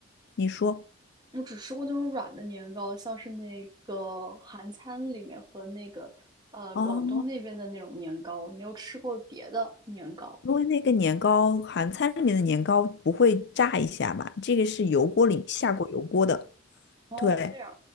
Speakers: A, on the left; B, on the right.
A: 你说
B: 我只吃过那种软的年糕，像是那个韩餐里面和那个呃广东那边的那种年糕，
A: 哦，
B: 我没有吃过别的年糕。
A: 因为那个年糕，韩餐里面的年糕不会炸一下嘛，这个是油锅里下过油锅的，
B: 哦，
A: 对。
B: 这样